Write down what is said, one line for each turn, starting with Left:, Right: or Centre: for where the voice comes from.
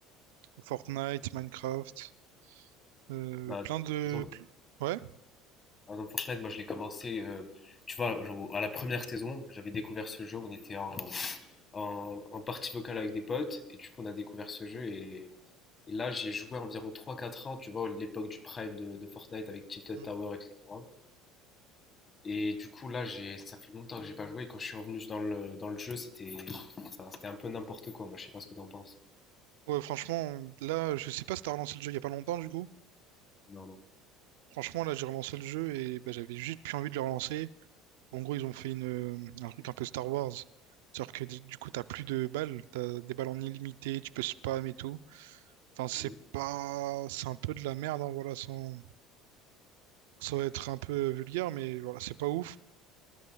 Right: Fortnite, Minecraft. euh,
Left: Bah,
Right: plein
Left: par
Right: de.
Left: exemple,
Right: pl- Ouais.
Left: Ah non, Fortnite, moi je l'ai commencé, euh, tu vois, genre, à la première saison, j'avais découvert ce jeu, on était en, en, en partie vocale avec des potes, et du coup on a découvert ce jeu, et, et là j'ai joué environ trois quatre ans, tu vois, l'époque du prime de, de Fortnite avec Tilted
Right: Mm.
Left: Tower, etc. Et du coup là, j'ai, ça fait longtemps que j'ai pas joué, et quand je suis revenu dans le, dans le jeu, c'était enfin, c'était un peu n'importe quoi, moi je sais pas ce que t'en penses.
Right: Ouais, franchement, là, je sais pas si t'as relancé le jeu il y a pas longtemps, du coup.
Left: Non, non.
Right: Franchement, là, j'ai relancé le jeu et bah, j'avais juste plus envie de le relancer. En gros, ils ont fait une, euh, un truc un peu Star Wars. C'est-à-dire que du coup, t'as plus de balles, t'as des balles en illimité, tu peux spam et tout. Enfin, c'est
Left: Mhm.
Right: pas. C'est un peu de la merde, hein, voilà, sans... sans être un peu vulgaire, mais voilà, c'est pas ouf.